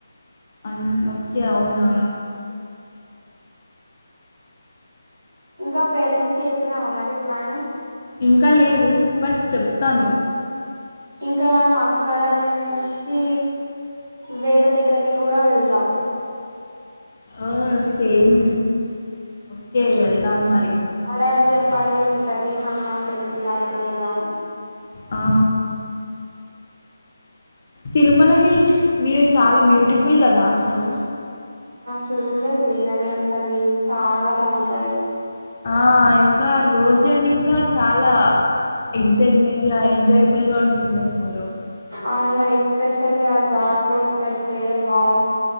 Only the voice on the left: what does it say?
అన్ ఓకే అవునా
ఇంకా లేదు బట్ చెప్తాను
ఆ సేమ్ ఓకే వెళ్ళా మరి
ఆ ఆ తిరుమల హిల్స్ వ్యూ చాలా బ్యూటిఫుల్ కదా అసలు
ఆ ఇంకా రోడ్ జర్నీ కూడా చాలా ఎక్సయిట్మెంట్ గా ఎంజాయబుల్గా ఉన్ పిన్న సలో